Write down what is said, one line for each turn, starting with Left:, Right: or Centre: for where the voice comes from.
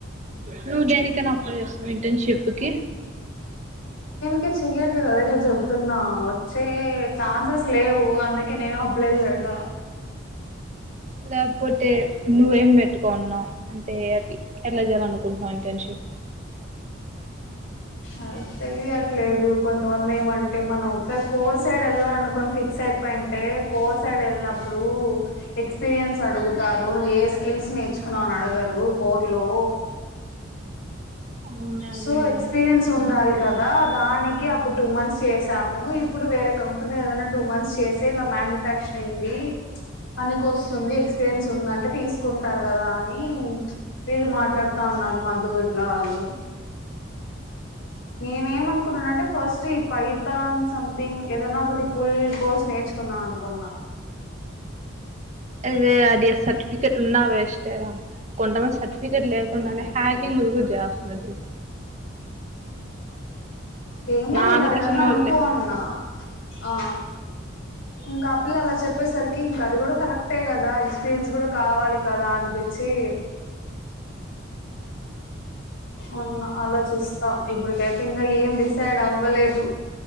Right: నువ్వు దేనికైనా అప్లై చేస్తావ ఇంటర్న్ షిప్ కి
Left: కె చెయ్యట్లేదు అదే కద చెబుతున్నా వచ్చే ఛాన్సెస్ లేవు అందుకే కే నేను అప్లై చేయలా
Right: లేకపోతే నువ్వేం పెట్టుకున్నావు అంటే అ ఎట్లా చేయాలనుకుంటున్నాం ఇంటెన్షిప్
Left: అదే తెలియట్లేదు కొంతమంది ఏమంటే మనం ఒకసారి కోర్స్ సైడ్ వెళ్ళాలనుకోని ఫిక్స్ అయిపోయి అంటే కోర్ సైడ్ వెళ్ళినప్పుడు ఎక్స్పీరియన్స్ అడుగుతారు నువ్వు ఏ స్కిల్స్ నేర్చుకున్నావు అని అడగరు కోర్ లో
Right: అవునే అది
Left: సో
Right: నిజమే
Left: ఎక్స్పీరియన్స్ ఉండాలి కదా దానికి అప్పుడు టూ మంత్స్ చేసాము ఇప్పుడు వేరే కంపెనీ ఏదైనా టూ మంత్స్ చేసే ఇలా మ మ్యానుఫ్యాక్చరింగ్ది పనికి వస్తుంది ఎక్స్పీరియన్స్ ఉందంటే తీసుకుంటారు కదా అని వీళ్రు మాట్లాడుత అన్నారు మధు ఇట్లా వాళ్ళు నేను ఏమనుకున్నానంటే ఫస్ట్ చి పైతాన్ సంథింగ్ ఏదన్నా ఒకటి ఫుల్ కోర్స్ నేర్చుకుందం అనుకున్నా
Right: అదే అది సర్టిఫికెట్ ఉన్నా వెస్ట్ రా కొంటమంది సర్టిఫికెట్ లేకుండానే హ్యాకింగ్ కూడా చేస్తున్నారు తెలుసా
Left: ఏమో
Right: నాకు
Left: నేను అదని
Right: తెలిసినోళ్ళే
Left: అనుకోన్నా ఆ ఇంకా ఆ పిల్ల అలా చెప్పేసరికి ఇంకా అది కూడా కరెక్టే కదా ఎక్స్పీరియన్స్ కూడా కావాలి కదా అనిపించి అవునా అలోచిస్త <unintelligible> ఇప్పుడికైతే ఇంకా ఏం డిసైడ్ అవ్వలేదు